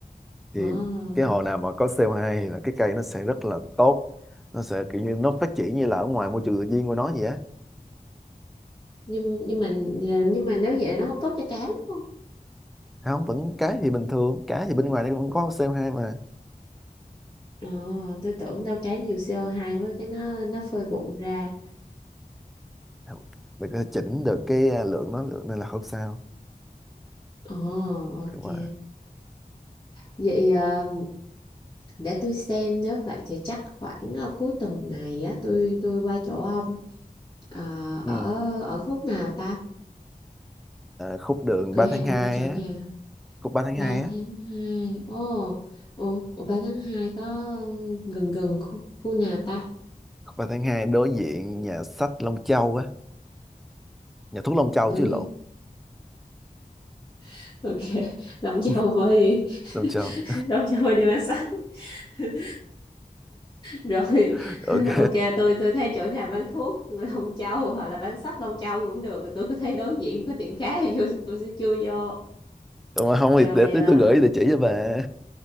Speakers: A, in the centre; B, on the left.
A: thì
B: Ồ.
A: cái hồ nào mà có CO2 thì là cái cây nó sẽ rất là tốt nó sẽ kiểu như nó phát triển như là ở ngoài môi trường tự nhiên của nó vậy á
B: nhưng nhưng mà ờ, nhưng mà nếu vậy là nó không tốt cho cá đúng không
A: không vẫn cá thì bình thường cá thì bên ngoài nó vẫn có CO2 mà
B: ờ tôi tưởng đâu cá nhiều CO2 quá cái nó nó phơi bụng ra
A: Không, mình có thể chỉnh được cái à, lượng nó lượng nên là không sao
B: ờ ok
A: nhưng mà
B: vậy ờ, để tôi xem nếu vậy thì chắc khoảng ờ, cuối tuần này á tôi tôi qua chỗ ông Ờ,
A: ừ.
B: ở ở khúc nào ta
A: à, khúc đường
B: cửa
A: 3
B: hàng
A: tháng
B: ông
A: hai
B: ở chỗ nào
A: á khúc ba tháng 2
B: ba
A: á
B: tháng hai ồ ồ ồ 3 tháng 2 có gần gần khu, khu nào ta
A: khúc 3 tháng hai đối diện nhà sách Long Châu á nhà thuốc Long Châu
B: đối
A: chứ lộn
B: <laughs> ok đóng châu
A: <laughs>
B: mới đi
A: Long Châu
B: <laughs> đóng châu mới đi bán sách <laughs> rồi
A: <laughs> ok
B: ok tôi tôi thấy chỗ nào bán thuốc <laughs> Long Châu hoặc là bán sách Long Châu cũng được tôi có thấy đối diện có tiệm cá thì <laughs> vô tôi sẽ chui vô
A: <laughs> mà không
B: rồi
A: thì để tí
B: à,
A: tôi gửi địa chỉ cho bà